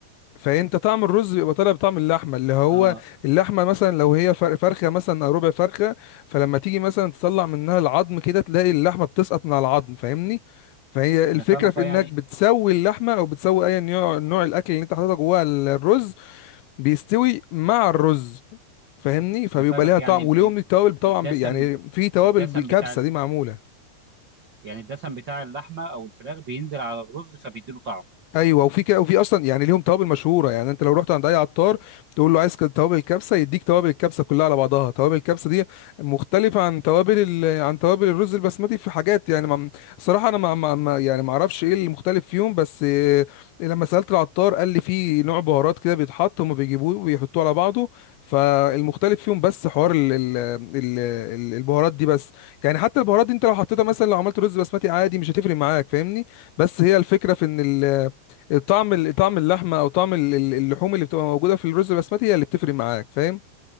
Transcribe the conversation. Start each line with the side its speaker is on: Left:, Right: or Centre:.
Left: فانت طعم الرز بيبقى طالع بطعم اللحمه اللي هو
Right: اه
Left: اللحمه مثلا لو هي فر- فرخه مثلا او ربع فرخه فلما تيجي مثلا تطلع منها العظم كده تلاقي اللحمه بتسقط من على العظم فاهمني فهي
Right: انا
Left: الفكره
Right: فاهمك
Left: في
Right: اه
Left: انك
Right: يعني
Left: بتسوي اللحمه او بتسوي اي نوع نوع الاكل اللي انت حاططها جوه ال- الرز بيستوي مع الرز فاهمني فبيبقى
Right: انا فاهمك
Left: ليها
Right: يعني
Left: طعم
Right: ال-
Left: وليهم
Right: ال-
Left: التوابل طبعا
Right: الدسم
Left: ب- يعني في توابل
Right: الدسم
Left: بالكبسه
Right: بتاع
Left: دي معموله
Right: يعني الدسم بتاع اللحمه او الفراخ بينزل على الرز فبيديله طعم
Left: ايوه وفي كده وفي اصلا يعني ليهم توابل مشهوره يعني انت لو رحت عند اي عطار تقول له عايز كده توابل الكبسه يديك توابل الكبسه كلها على بعضها توابل الكبسه دي مختلفه عن توابل ال... عن توابل الرز البسمتي في حاجات يعني ما... صراحه انا ما... ما... ما يعني ما اعرفش ايه المختلف فيهم بس آه، لما سالت العطار قال لي في نوع بهارات كده بيتحط هم بيجيبوه وبيحطوه على بعضه فالمختلف فيهم بس حوار ال... ال... ال... ال- البهارات دي بس يعني حتى البهارات دي انت لو حطيتها مثلا لو عملت رز بسمتي عادي مش هتفرق معاك فاهمني بس هي الفكره في ان ال... طعم طعم اللحمه او طعم ال- ال- اللحوم اللي بتبقى موجوده في الرز البسمتي هي اللي بتفرق معاك فاهم